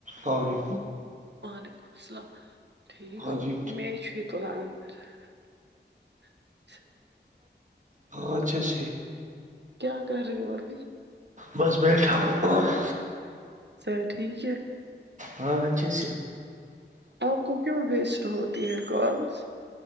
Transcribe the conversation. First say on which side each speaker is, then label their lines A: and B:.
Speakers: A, on the right (about 40°); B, on the right (about 70°).
A: ہاں جی <inaudible>
B: وعلیکم السلام ٹھیک
A: ہاں
B: ہو
A: جی
B: میں ایکچولی قران <unintelligible> ہاں <inaudible> <inaudible>
A: ہاں اچھا سے
B: کیا کر رہے ہو ابھی
A: بس بیٹھا ہوں
B: صحت ٹھیک ہے
A: ہاں اچھے سے
B: آپ کو کیوں ویسٹ ہوتی ہے کالس